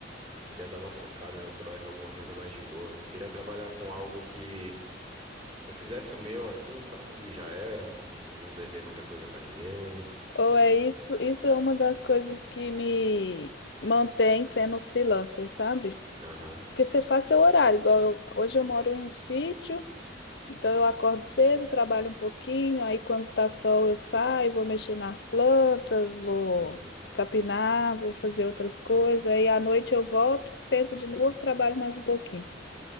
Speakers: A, on the right; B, on the left.
A: queria dar uma trocada, né? Trabalhar com alguma coisa mais de boa. Queria trabalhar com algo que eu fizesse o meu assim, sabe? E já era, não, não dever muita coisa pra ninguém.
B: Ou é isso, isso é uma das coisas que me mantém sendo freelancer, sabe?
A: Aham.
B: Porque você faz seu horário, igual eu- hoje eu moro em um sítio, então eu acordo cedo, trabalho um pouquinho, aí quando tá sol eu saio, vou mexer nas plantas, vou
A: Uhum.
B: capinar, vou fazer outras coisas, aí à noite eu volto, sento de novo, trabalho mais um pouquinho.